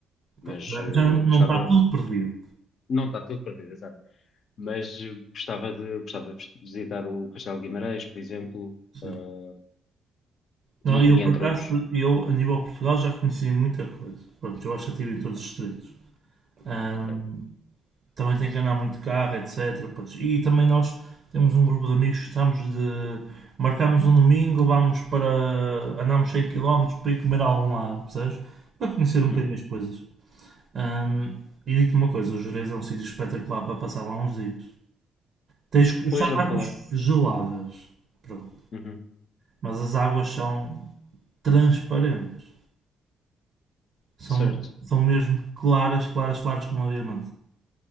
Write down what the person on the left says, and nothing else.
Mas
eh,
gostava,
não está tudo perdido, exato. Mas eh, gostava de, gostava de visitar o Castelo de Guimarães, por exemplo,
ah,
e,
e
entre
outros.
Ok.
Uhum.
Pois
já me
falaram.
Uhum.
Certo.